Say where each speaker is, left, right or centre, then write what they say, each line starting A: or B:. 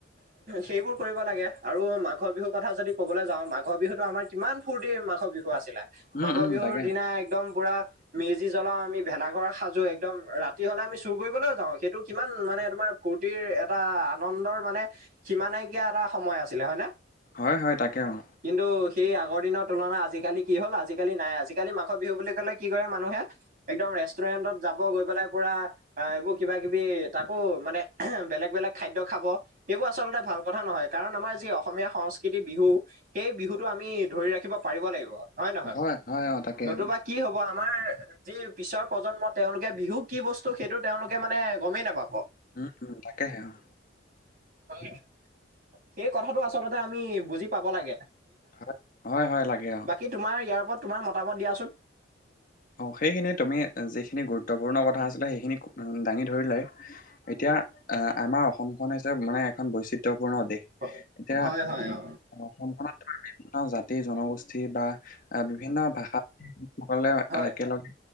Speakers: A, on the right; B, on the left.
A: সেইবোৰ কৰিব লাগে আৰু মাঘৰ বিহুৰ কথা যদি ক'বলৈ যাওঁ মাঘৰ বিহুতটো আমাৰ কিমান ফূৰ্তি মাঘৰ বিহু আছিলে
B: উম,
A: মাঘৰ
B: উম,
A: বিহুৰ
B: তাকে।
A: দিনা একদম পুৰা,,, মেজি জ্বলাও আমি ভেলাঘৰ সাজো একদম ৰাতি হ'লে আমি চুৰ কৰিবলৈও যাওঁ সেইটো কিমান মানে তোমাৰ। ফূৰ্তিৰ এটা আনন্দৰ মানে সিমা নাইকিয়া এটা সময় আছিলে হয় নে?
B: হয়ঁ হয়ঁ তাকে অঁ।
A: কিন্তু সেই আগৰ দিনৰ তুলনাত আজিকালি কি হ'ল আজিকালি নাই আজিকালি মাঘ বিহু বুলি ক'লে,,, কি কয় মানুহে একদম ৰেষ্টুৰেন্টত যাব গৈ পেলাই পুৰা,,,, হ‌য় এইবোৰ কিবা কিবি তাকো মানে এহে বেলেগ বেলেগ খাদ্যয় খাব। ইেইবোৰ আচলতে ভাল কথা নহয় কাৰণ আমাৰ যি অসমীয়া সংস্কৃতি বিহু। সেই বিহুতটো আমি ধৰি ৰাখিব পাৰিব লাগিব। হয়ঁ নহয়
B: হয়, হয়, অ', তাকে,
A: নতুবা
B: অ',
A: কি হব আমাৰ যি পিছৰ প্ৰজন্ম তেওঁলোকে বিহুত,,,, কি বস্তু সেইটো তেওঁলোকে মানে গমেই নাপাব।
B: উমঁ উমঁ তাকেহে অঁ।
A: হয়ঁ সেই কথাটো আচলতে আমি বুজি পাব লাগে।
B: হয়ঁ হয়ঁ হয়ঁ লাগে অঁ।
A: কি তোমাৰ ইয়াৰ ওপৰত তোমাৰ মতামত দিয়াচোন।
B: অ সেইখিনি তুমি যিখিনি গুৰুত্বপূৰ্ণ কথা আছিলে সেইখিনি,,, দাঙি ধৰিলে এতিয়া আমাৰ অসমখন হৈছে মানে এখন বৈচিত্ৰ,,, গুৰুত্বপূৰ্ণদেশ
A: হয়
B: এতিয়া
A: হয় অ
B: অঁ! অসমখনত মাৰ বিভিন্ন জাতি জনগোষ্ঠী বা বিভিন্ন ভাষালে
A: হয়
B: একেলগে